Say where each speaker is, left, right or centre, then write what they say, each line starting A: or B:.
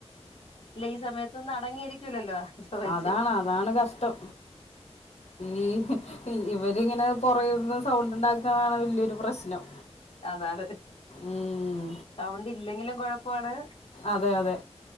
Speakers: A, on the left (about 55°); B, on the left (about 70°).
A: ഇല്ല ഈ സമയത്തൊന്നും അടങ്ങിയിരിക്കൂലല്ലോ ചോദിച്ചേ
B: അതാണ് അതാണ് കഷ്ടം ഈ ഇവരിങ്ങനെ പുറകിന്ന് സൗണ്ട് ഉണ്ടാക്കുന്നതാണ് വെലിയൊരു പ്രശ്നം
A: അതാണ്
B: ഉം,
A: സൗണ്ടില്ലെങ്കിലും കൊഴപ്പാണ്
B: അതെ അതെ